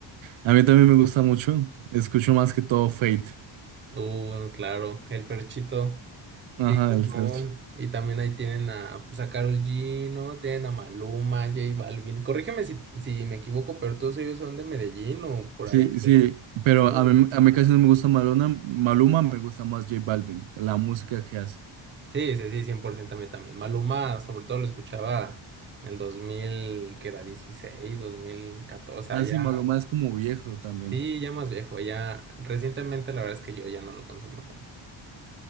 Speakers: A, on the right (about 75°); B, on the right (about 25°).
A: A mí también me gusta mucho. Escucho más que todo Fate.
B: Uh, claro, el perchito
A: Ajá,
B: Sí, pues,
A: el
B: no.
A: Fercho.
B: Y también ahí tienen a, pues, a Karol G, ¿no? Tienen a Maluma, J Balvin. Corrígeme si, si me equivoco, pero todos ellos son de Medellín o por
A: Sí,
B: ahí.
A: sí,
B: de-
A: pero
B: Sí,
A: a
B: ¿verdad?
A: mí, a mí casi no me gusta Maluma, Maluma me gusta más J Balvin, la música que hace.
B: sí, sí, sí, 100% a mí también. Maluma, sobre todo, lo escuchaba en el dos mil que era 16, 2014,
A: Ah, sí,
B: ya
A: Maluma es como viejo también.
B: Sí, ya más viejo, ya. Recientemente, la verdad es que yo ya no lo consumo tanto.